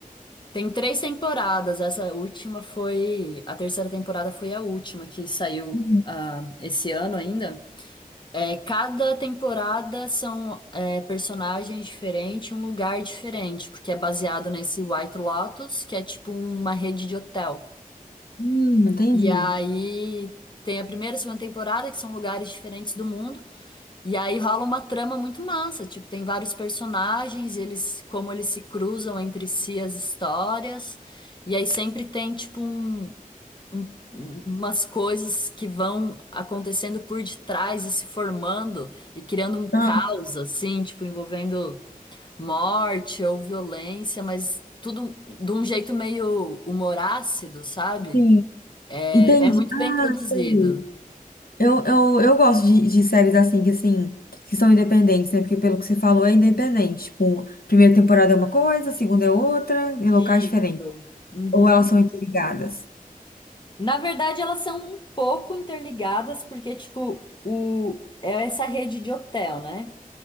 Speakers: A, on the left; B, on the left.
A: Tem três temporadas. Essa última foi. A terceira temporada foi a última que saiu
B: Uhum.
A: ah, esse ano ainda. É, cada temporada são é, personagens diferentes, um lugar diferente, porque é baseado nesse White Lotus, que é tipo uma rede de hotel.
B: Hum, entendi.
A: E aí tem a primeira e a segunda temporada, que são lugares diferentes do mundo. E aí rola uma trama muito massa, tipo, tem vários personagens, eles como eles se cruzam entre si as histórias. E aí sempre tem tipo um, um- umas coisas que vão acontecendo por detrás e se formando e criando um caos
B: Ah,
A: assim, tipo, envolvendo morte ou violência, mas tudo de um jeito meio humorácido, sabe?
B: sim.
A: É,
B: Entendi.
A: é muito
B: Ah,
A: bem produzido.
B: sei. Eu, eu, eu gosto de, de séries assim, que assim, que são independentes, né? Porque pelo que você falou, é independente. Tipo, primeira temporada é uma coisa, segunda é outra, em locais
A: Isso.
B: diferentes.
A: Uhum.
B: Ou elas são interligadas.
A: Na verdade, elas são um pouco interligadas, porque, tipo, o... é essa rede de hotel, né?